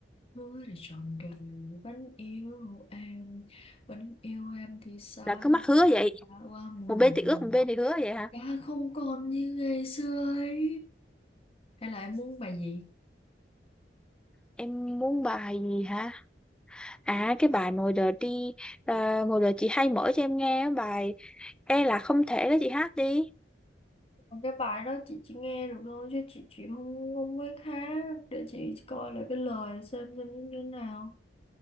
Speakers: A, on the left; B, in the centre.
A: hứa để trọn đời vẫn yêu em vẫn yêu em thì sao
B: là cứ mắc hứa vậy
A: đã qua muôn
B: một bên thì ước
A: màng
B: một bên thì hứa vậy hả
A: đã không còn như ngày xưa ấy hay là em muốn bài gì
B: em muốn bài gì hả à cái bài ngồi đợi đi à, ngồi đợi chị hay mở cho em nghe á, bài e là không thể đó chị hát đi
A: Còn cái bài đó chị chỉ nghe được thôi chứ chị chị không không biết hát để chị coi lại cái lời xem xem nó như thế nào